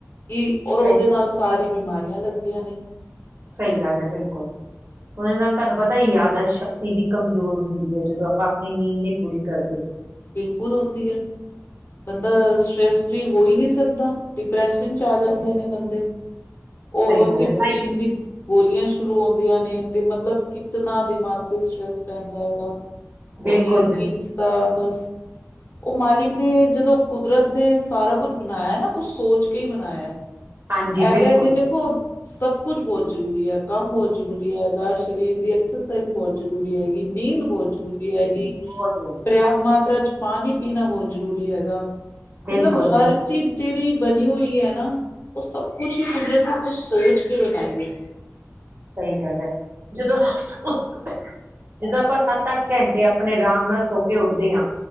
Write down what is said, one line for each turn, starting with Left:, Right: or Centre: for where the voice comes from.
Left: ਕੀ, ਓਰ
Right: ਸਹੀ
Left: ਓਦੇ ਨਾਲ ਸਾਰੀ ਬਿਮਾਰੀਆਂ ਲੱਗਦੀਆਂ ਨੇ।
Right: ਸਈ ਗੱਲ ਐ ਬਿਲਕੁਲ। ਹੂਨ ਏਨੇ ਨਾਲ ਤਾਨੂੰ ਪਤਾ ਯਾਦਾਸ਼ ਸ਼ਕਤੀ ਵੀ ਕਮਜ਼ੋਰ ਹੁੰਦੀ ਐ, ਜਦੋ ਆਪਾਂ ਆਪਣੀ ਨੀਂਦ ਨੀ ਪੂਰੀ ਕਰਦੇ।
Left: ਬਿਲਕੁਲ ਹੁੰਦੀ ਹੈ। ਬੰਦਾ ਸਟੈ੍ਸ ਫ੍ਰੀ ਹੋ ਹੀ ਨਈ ਸਕਦਾ। ਡਿਪ੍ਰੈਸ਼ਨ ਚ ਆ ਜਾਂਦੇ ਨੇ ਬੰਦੇ। ਓਹ
Right: ਸਹੀ ਗੱਲ
Left: ਫਿਰ
Right: ਹੈ ਤਾਈ
Left: ਨੀਂਦ ਦੀ ਗੋਲੀਆਂ ਸ਼ੁਰੂ ਹੁੰਂਦੀਆਂ ਨੇ। ਤੇ ਮਤਲਬ ਕਿਤਨਾ ਦਿਮਾਗ ਤੇ ਸਟਰ੍ਰੈਸ ਪੈਂਦਾ ਹੈ ਨਾ।
Right: ਬਿਲਕੁਲ
Left: ਓ ਨੀਂਦ,
Right: ਬਿਲਕੁਲ
Left: ਨੀਂਦ ਚ ਤਾ ਬਸ, ਓ ਮਾਲਿਕ ਨੇ ਜਦੋ ਕੁਦਰਤ ਨੇ ਸਾਰਾ ਕੁਛ ਬਨਾਇਆ ਨਾ, ਕੁਛ ਸੋਚ ਕੇ ਈ ਬਨਾਇਆ।
Right: ਹਾਂਜੀ
Left: ਐ
Right: ਬਿਲਕੁਲ
Left: ਤੇ ਹੈ ਨੀ ਦੇਖੁ ਸਬ ਕੁਛ ਬੋਤ ਜਰੂਰੀ ਐ, ਕੰਮ ਬੋਤ ਜਰੂਰੀ ਹੈਗਾ, ਸ਼ਰੀਰ ਦੀ ਐਕਸਰਸਾਈਜ ਬੋਤ ਜਰੂਰੀ ਹੈ ਗੀ, ਨੀਂਦ ਬੋਤ ਜਰੂਰੀ ਹੈਗੀ,
Right: ਬਹੁਤ ਵਧੀਆ
Left: ਪਰਯਾਪ ਤਾ੍ ਚ ਪਾਣੀ ਪੀਨਾ ਬੋਤ ਜਰੂਰੀ ਹੈਗਾ।
Right: ਬਿਲਕੁਲ
Left: ਮਤਲਬ
Right: ਬਿਲਕੁਲ
Left: ਹਰ ਚੀਜ ਜੇੜੀ ਬਨੀ ਹੋਈ ਹੈ ਨਾ, ਓ ਸਬ ਕੁਛ ਹੀ ਕੁਦਰਤ ਨੇ ਕੁਛ ਸੋਚ ਕੇ ਬਨਾਈ ਐ।
Right: ਸਈ ਗੱਲ ਐ, ਜਦੋਂ <unintelligible> ਜਦੋਂ ਆਪਾਂ ਸੱਤ ਅੱਠ ਘੰਟੇ ਆਪਣੇ ਆਰਾਮ ਨਾਲ ਸੋ ਕੇ ਉੱਠਦੇ ਆਂ,